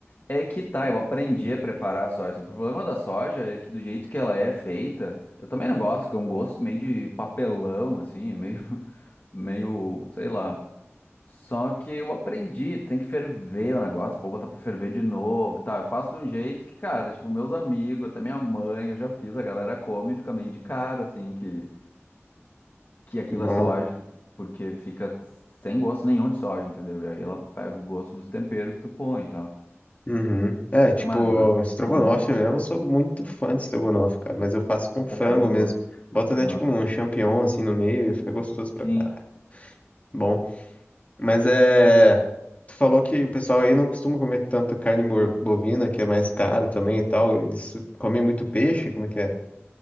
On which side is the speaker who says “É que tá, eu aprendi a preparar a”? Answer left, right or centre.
Left